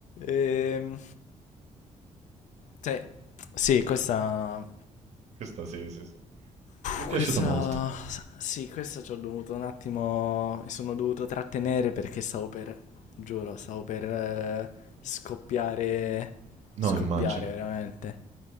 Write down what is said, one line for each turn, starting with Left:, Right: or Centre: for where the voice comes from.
Left: Ehm... Sì, sì, questa
Right: Questa sì, sì, sì. Mi è piaciuta
Left: Puh, Questa.
Right: molto.
Left: Sì, questa ci ho dovuto un attimo. Mi sono dovuto trattenere perché stavo per. Giuro, stavo per eh, scoppiare.
Right: No,
Left: Scoppiare
Right: immagino.
Left: veramente.